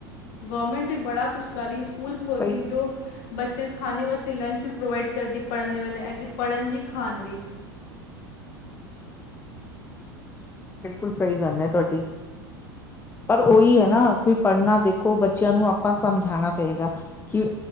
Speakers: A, on the left; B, on the left.
A: ਗੌਰਮੈਂਟ ਨੇ ਬੜਾ ਕੁਛ ਕਰੀ ਸਕੂਲ ਖੋਲ੍ਹੇ
B: ਸਹੀ
A: ਜੋ ਬੱਚਿਆਂ ਨੂੰ ਖਾਣੇ ਵਾਸਤੇ ਲੰਚ ਵੀ ਪ੍ਰੋਵਾਈਡ ਕਰਦੀ ਪੜ੍ਹਨ ਵਾਲੇ ਐ ਕਿ ਪੜ੍ਹਨ ਵੀ, ਖਾਣ ਵੀ।
B: ਬਿਲਕੁਲ ਸਹੀ ਗੱਲ ਐ ਤੁਹਾਡੀ। ਪਰ ਉਹੀ ਹੈ ਨਾ ਕਿ ਪੜ੍ਹਨਾ ਦੇਖੋ ਬੱਚਿਆਂ ਨੂੰ ਆਪਾਂ ਸਮਝਾਣਾ ਪਏਗਾ। ਕਿ